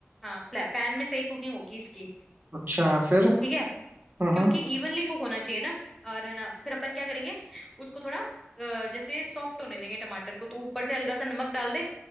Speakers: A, in the centre; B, on the right.
A: हाँ पैन में सही कुकिंग होगी इसकी
B: अच्छा फिर
A: ठीक है
B: हम्म
A: क्योंकि इवनली कुक होना चाहिए ना और है ना फिर अपन क्या करेंगे उसको थोड़ा अ, जैसे सॉफ्ट होने देंगे टमाटर को तो ऊपर से हल्का सा नमक डाल दे